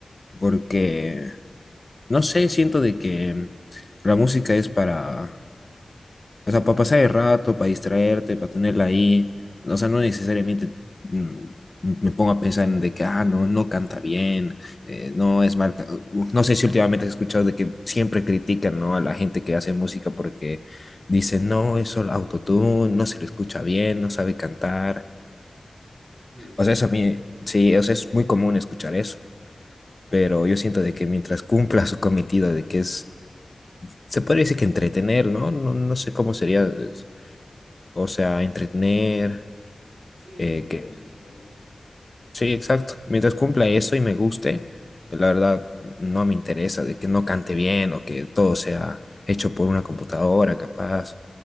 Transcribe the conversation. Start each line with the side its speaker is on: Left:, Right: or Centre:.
Left: Porque, no sé, siento de que la música es para O sea, para pasar el rato, para distraerte, para tenerla ahí. O sea, no necesariamente mm, me pongo a pensar en de que, ah, no, no canta bien, eh, no es mal. ca- No sé si últimamente has escuchado de que siempre critican, ¿no? a la gente que hace música porque dicen, no, es solo autotune, no se le escucha bien, no sabe cantar.
Right: Sí, sí,
Left: O
Right: sí.
Left: sea, eso a mí, sí, o sea, es muy común escuchar eso, pero yo siento de que mientras cumpla su cometido de que es, se podría decir que entretener, ¿no? No, no sé cómo sería. es- o sea, entretener,
Right: Sí, entro
Left: Eh,
Right: en,
Left: que,
Right: en entrenamiento.
Left: sí, exacto. Mientras cumpla eso y me guste, la verdad no me interesa de que no cante bien o que todo sea hecho por una computadora capaz